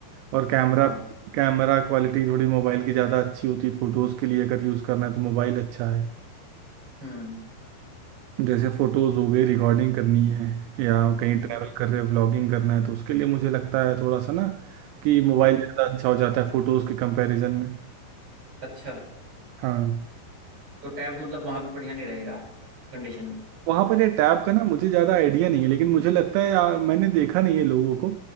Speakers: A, on the right; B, on the right.
A: और कैमरा
B: हाँ
A: कैमरा क्वालिटी थोड़ी मोबाइल की ज़्यादा अच्छी होती है फ़ोटोज़ के लिए अगर यूज़ करना है तो मोबाइल अच्छा है
B: हम्म
A: जैसे फ़ोटोज़ हो गई रिकॉर्डिंग करनी है या कहीं
B: हम्म
A: ट्रैवल कर रहे हैं व्लॉगिंग करना है तो उसके लिए मुझे लगता है थोड़ा सा ना कि मोबाइल
B: हम्म
A: ज़्यादा अच्छा हो जाता है फ़ोटोज़ के कंपैरिजन में
B: अच्छा
A: हाँ
B: तो टैब मतलब वहां पे बढ़िया नहीं रहेगा कंडीशन में
A: वहां पर ये टैब का ना मुझे ज्यादा आइडिया नहीं है लेकिन मुझे लगता है या, मैंने देखा नहीं है लोगों को